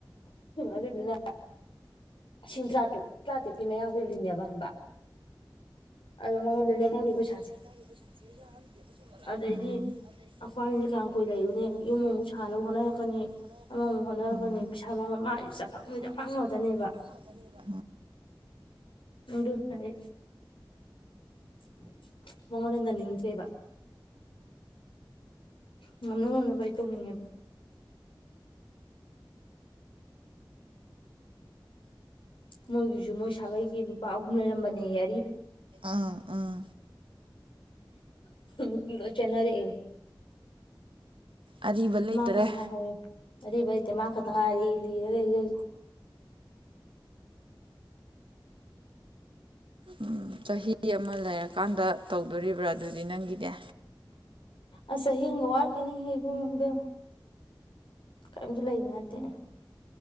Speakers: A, on the left; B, on the right.
A: ꯑꯗꯨꯗꯨꯅ ꯂꯤꯁꯤꯡ ꯇꯔꯥꯇꯔꯨꯛ ꯇꯔꯥꯇꯔ‌ꯦꯛꯀꯤ ꯃꯌꯥ ꯍꯨꯜꯂꯤꯅꯦꯕ ꯈꯪꯕ꯭ꯔꯥ ꯑꯗꯨ ꯃꯉ‌ꯣꯟꯗ ꯂ‌ꯦꯝꯍꯧꯔꯤꯕ
B: ꯂꯔꯤꯕ
A: ꯁ‌ꯦꯜ
B: ꯀꯥꯏꯗꯩ ꯄꯩꯁꯁꯤ ꯌꯥꯔꯔꯣꯏ ꯃꯣꯂꯥ
A: ꯑꯗꯩꯗꯤ
B: ꯎꯝ ꯑꯗꯒꯤ
A: ꯑꯩꯈꯣꯏꯅꯤꯁꯦ ꯀꯌꯥꯝ ꯀꯨꯏ ꯂꯩꯔꯨꯅꯤ
B: ꯃꯌꯥꯝ
A: ꯌꯨꯝ
B: ꯀꯨꯏꯔꯔꯤꯅꯦ
A: ꯑꯃꯨꯛ ꯁꯥꯅꯕ
B: ꯑꯗꯨ
A: ꯍꯣꯠꯅꯔꯛꯀꯅꯤ
B: ꯁꯅꯕ ꯍꯣꯠꯅꯔꯛꯄꯅꯤꯣꯄꯪꯉꯕꯅꯤꯗ
A: ꯑꯃꯃꯨꯛ ꯍꯣꯠꯅꯔꯛꯀꯅꯤ ꯄꯩꯁꯥ ꯃꯥꯡꯕ ꯃꯥꯒꯤ ꯆꯐꯪ ꯆꯐꯪ ꯉꯥꯛꯇꯅꯦꯕ ꯃꯗꯨ ꯇꯥꯏ <unintelligible> ꯃꯉꯣꯟꯗ ꯅꯅꯤꯡꯗ꯭ꯔꯦꯕ ꯉꯝꯅ ꯉꯝꯅꯕ ꯑꯩ ꯇꯧꯅꯤꯡꯉꯦꯕ ꯃꯣꯏꯒꯤꯁꯨ ꯃꯣꯏ ꯁꯥꯒꯩꯒꯤ ꯅꯨꯄꯥ ꯑꯍꯨꯝ ꯂꯩꯔꯝꯕꯅꯦ ꯌꯦ
B: ꯑꯥ ꯑꯥ
A: ꯅꯨꯄꯤ ꯂꯣꯏ ꯆꯦꯟꯅꯔꯛꯑꯦ
B: ꯑꯔꯤꯕ ꯂꯩꯇꯔꯦ
A: ꯃꯥ ꯈꯇꯪ ꯉꯥꯏꯍꯧꯔꯦ ꯑꯔꯤꯕ ꯂꯩꯇꯦ ꯃꯥ ꯈꯠꯇ ꯉꯥꯏꯔꯦ ꯂꯤꯔ ꯂꯩꯔꯤꯁꯦ ꯍꯧꯖꯤꯛ
B: ꯎꯝ ꯆꯍꯤ ꯑꯃ ꯂꯩꯔꯀꯥꯟꯗ ꯇꯧꯗꯣꯔꯤꯕ꯭ꯔꯥ ꯑꯗꯨꯗꯤ ꯅꯪꯒꯤꯅꯦ
A: ꯑꯁ ꯆꯍꯤ ꯑꯃꯒ ꯋꯥꯠ ꯀꯦꯅꯤꯡꯉꯦꯕꯨ ꯉꯝꯗꯦ ꯀꯔꯤꯝꯁꯨ ꯂꯩꯕ ꯅꯠꯇꯦ